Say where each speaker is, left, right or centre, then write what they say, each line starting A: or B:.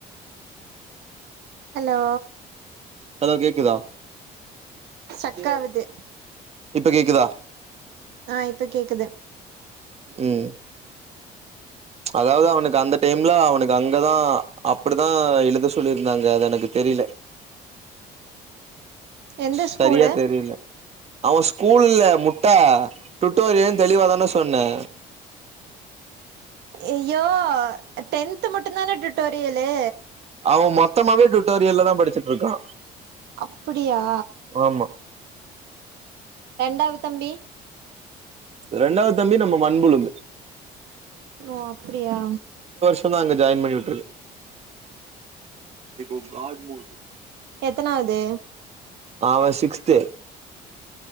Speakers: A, on the right; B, on the right.
A: ஹலோ
B: ஹலோ கேக்குதா
A: ஸ்டக்காவுது
B: இத இப்ப கேக்குதா
A: ஆ இப்ப கேக்குது
B: ம் அதாவது அவனுக்கு அந்த டைம்ல அவனுக்கு அங்கதா அப்படிதா எழுத சொல்லியிருந்தாங்க அது எனக்கு தெரியல
A: <inaudible> எந்த
B: சரியா
A: ஸ்கூலு
B: தெரியில அவன் ஸ்கூல்ல முட்ட டுட்டோரியல்ன்னு தெளிவாதான சொன்னே
A: ஐயோ டென்த் மட்டும் தான டூட்டோரியலு
B: அவன் மொத்தமாவே டூட்டோரியல்ல தா படிச்சிட்டு இருக்கா
A: அப்புடியா
B: ஆமா
A: ரெண்டாவது தம்பி
B: ரெண்டாவது தம்பி நம்ம மண்புலும்பு
A: ஓ அப்டியா
B: இப்ப தா அங்க ஜாயின் பண்ணி விட்டு இருக்கு இப்ப கட்மோடு
A: எத்தனாவது
B: அவே சிக்ஸ்த்து